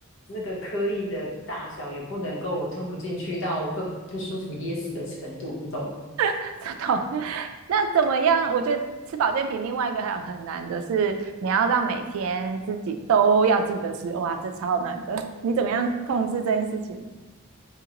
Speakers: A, on the left; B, on the right.
A: 那个颗粒的大小也不能够我吞不进去到会不舒服噎死的程度，你懂吗？
B: <laughs> 这种。那怎么样？我觉得吃保健品另外一个还有很难的是，你要让每天自己都要记得吃，哇，这超难的。你怎么样控制这件事情？